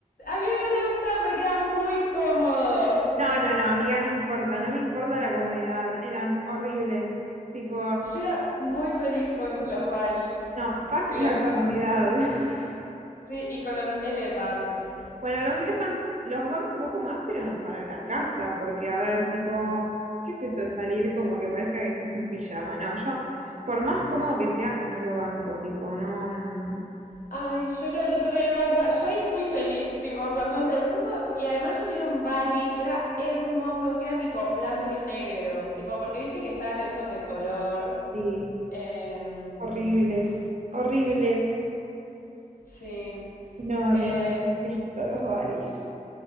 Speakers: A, on the left (about 75°); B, on the right (about 55°).
A: a mí me re gustaba porque era muy cómodo.
B: no, no, no, amiga, no importa, no me importa la comodidad, eran horribles, tipo,
A: Yo era muy feliz con los Valis
B: no, fuck
A: y
B: la
A: los con
B: comodidad. <laughs>
A: sí, y con los Elephants.
B: Bueno, los elephants los banco un poco más, pero para la casa, porque a ver, tipo, ¿qué es eso de salir como que parezca que estás en pijama? No, yo, por más cómodo que sea, no lo banco, tipo, no. mm,
A: Ay, yo lo rebanca. Yo ahí fui feliz, tipo, cuando se puso. Y además yo tenía un Bali que era hermoso, que era tipo blanco y negro. Tipo, porque viste que estaban esos de color.
B: Sí,
A: Em,
B: horribles, horribles.
A: sí.
B: No, amiga,
A: Eh,
B: esto, los Balis.